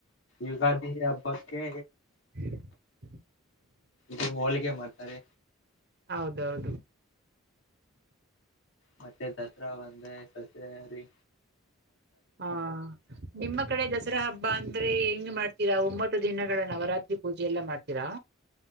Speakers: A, on the left; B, on the right.
A: ಯುಗಾದಿ ಹಬ್ಬಕ್ಕೆ
B: <inaudible>
A: ತುಂಬ ಹೋಲಿಕೆ ಮಾಡ್ತಾರೆ
B: ಹೌದೌದು
A: ಮತ್ತೆ ದಸರಾ ಬಂದ್ರೆ ಸಸರಿ
B: ಹಾ ನಿಮ್ಮ ಕಡೆ ದಸರಾ ಹಬ್ಬ ಅ ಅಂದ್ರೆ ಹೆಂಗ್ ಮಾಡ್ತೀರಾ ಒಂಬತ್ತು ದಿನಗಳ ನವರಾತ್ರಿ ಪೂಜೆ ಎಲ್ಲಾ ಮಾಡ್ತೀರಾ